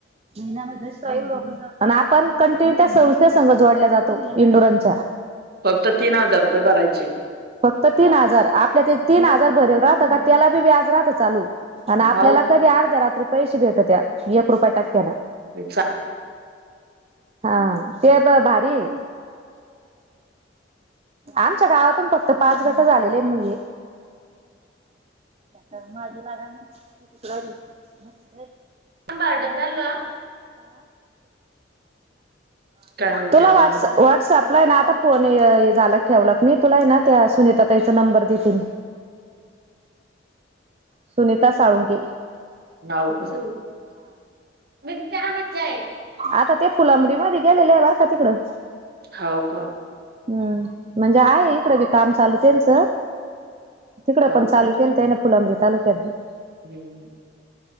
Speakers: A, on the right; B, on the right.
A: <unintelligible> आणि आपण कंटिन्यू त्या संस्थेसंग जोडल्या जातो इंडोरनच्या.
B: फक्त तीन रुपये भरायचे.
A: फक्त तीन हजार आपल्या ते तीन हजार भरेल राहतं का त्याला बी व्याज राहतं चालू. आणि आपल्याला
B: हाव
A: कधी अर्ध्या रात्री पैसे भेटतात त्या एक रुपया टक्क्यान.
B: विच्छा <unintelligible>
A: हा ते ब भारी ये. आमच्या गावातून फक्त पाच गट झालेले आहेत म्हणले. तरझी लागा क तु. <unintelligible>
B: सबाडातल <unintelligible> काय म्हणते
A: तुला
B: अजून
A: <unintelligible> सपला आहे ना आता फोन झाला ठेवला मी तुला आहे ना त्या सुनीताताई चा नंबर देेते मी. सुनीता साळुंखे.
B: नार्ष म आहे <unintelligible>
A: आता ते फुलंब्री मध्ये गेलेले आहे बर का तिकडं.
B: हाव का
A: म्हणजे आहेय इकडं बी काम चालू त्यांच. तिकडडे
B: हो
A: पण चालू
B: का?
A: केलतय ना फुलांब्री तालुक्यात बी.
B: <inaudible>